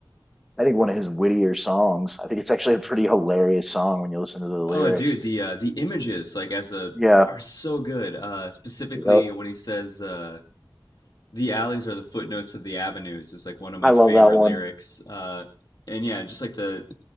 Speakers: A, in the centre; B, on the left (about 60°).
A: I think one of his wittier songs. I think it's actually a pretty hilarious song when you listen to the lyrics.
B: Oh, dude, the uh, the images like as a
A: Yeah.
B: are so good. Uh, specifically
A: Yep.
B: when he says uh, the alleys are the footnotes of the avenues is like one of my
A: I love
B: favorite
A: that one.
B: lyrics. Uh, and yeah, just like the